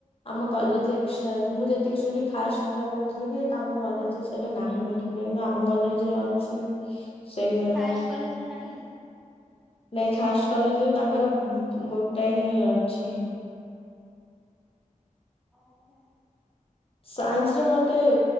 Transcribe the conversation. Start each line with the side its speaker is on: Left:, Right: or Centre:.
Left: ଆମ କଲେଜ ଏକ୍ସଟ୍ରା ଅଛି ମୁଁ ଯେତିକି ଶୁଣିଲି ଖାସ୍ ପିଲା କହୁଥିଲି କି ତାଙ୍କ କଲେଜରେ ସେଇଟା ନାହିଁ ବୋଲି। କିନ୍ତୁ ଆମ କଲେଜ୍ ରେ ଅଛି।
Centre: <inaudible>
Left: ସେଇ <unintelligible>
Centre: ହାଏଷ୍ଟ କଲେଜରେ ନାହିଁ।
Left: ନାଇଁ ଖାଷ୍ଟ କଲେଜରେ ତାଙ୍କର ଗୋଟାଏ ହିଁ ଅଛି।
Centre: ଓହୋ।
Left: ସାଇନ୍ସରେ ମତେ